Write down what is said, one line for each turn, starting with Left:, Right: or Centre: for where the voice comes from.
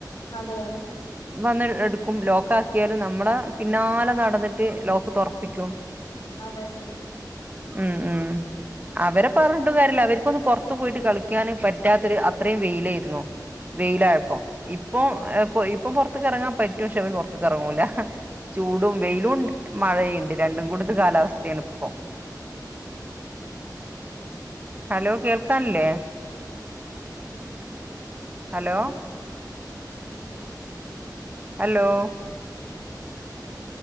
Left: അതെ അതെ
Right: വന്ന് എടുക്കും ലോക്ക് ആക്കിയാലും നമ്മുടെ പിന്നാലെ നടന്നിട്ട് ലോക്ക് തുറപ്പിക്കും
Left: അതെ അതെ
Right: ഉം ഉം അവരെ പറഞ്ഞിട്ടും കാര്യല്ല അവർക്കൊന്ന് പുറത്ത് പോയിട്ട് കളിക്കാന് പറ്റാത്തൊരു അത്രയും വെയിലായിരുന്നു വെയിലായപ്പം ഇപ്പൊ ഇ ഇപ്പൊ പുറത്തക്ക്റങ്ങാൻ പറ്റും പക്ഷെ അവര് പൊറത്ത്ക്കെറങ്ങൂല ചൂടും വെയിലുംണ്ട് മഴയുണ്ട് രണ്ടും കൂട്ത്ത് കാലാവസ്ഥയാണ് ഇപ്പം ഹലോ കേൾക്കാൻല്ലേ ഹലോ ഹലോ